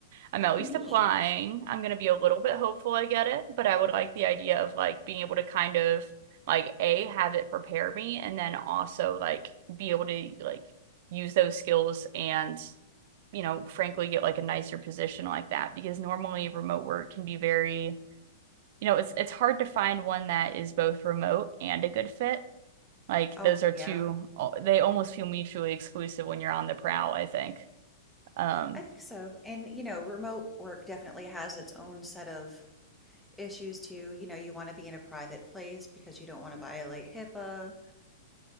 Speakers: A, on the right; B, in the centre.
A: I'm
B: Oh,
A: at least
B: neat.
A: applying. I'm going to be a little bit hopeful I get it, but I would like the idea of like being able to kind of like A, have it prepare me and then also like be able to like use those skills and you know, frankly get like a nicer position like that because normally remote work can be very, you know, it's it's hard to find one that is both remote and a good fit. Like
B: Oh,
A: those are
B: yeah.
A: two they almost feel mutually exclusive when you're on the prowl, I think. Um
B: I think so. And, you know, remote work definitely has its own set of issues too. You know, you want to be in a private place because you don't want to violate HIPAA.